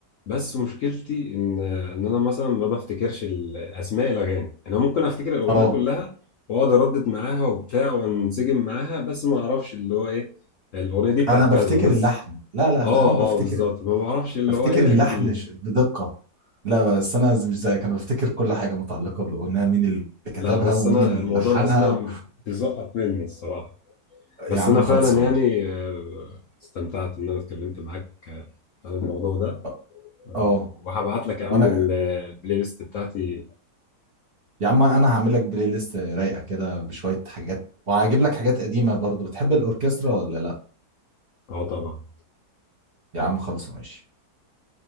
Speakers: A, on the left; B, on the right.
A: بس مشكلتي ان ان انا مثلا ما بفتكرش ال- اسماء الاغاني يعني انا ممكن افتكر الاغنيه
B: اه
A: كلها واقعد اردد معاها وبتاع وانسجم معاها بس ما اعرفش اللي هو ايه الاغنيه دي بتاعت
B: انا بفتكر
A: كذا بس
B: اللحن لا لا
A: اه
B: لا انا بفتكر
A: اه بالظبط ما بعرفش اللي
B: بفتكر
A: هو ايه
B: اللحن
A: اجيب ال...
B: ش- بدقة لا بس انا مش زيك انا بفتكر كل حاجة متعلقة بالاغنية مين اللي كتبها
A: لا بس
B: ومين
A: انا
B: اللي
A: موضوع
B: لحنها
A: الاسماء
B: و...
A: بيزقط مني الصراحه
B: يا
A: بس
B: عم
A: انا فعلا
B: خلصة ماشي
A: يعني آه، استمتعت ان انا اتكلمت معاك آه، عن الموضوع ده
B: اه
A: آه،
B: آه.
A: وهبعت لك يا
B: وانا
A: عم ال- البلاي ليست بتاعتي
B: يا عم انا هعمل لك بلاي ليست رايقة كده بشوية حاجات وهجيب لك حاجات قديمة برضو بتحب الاوركسترا ولا لا
A: اه طبعا
B: يا عم خلصة ماشي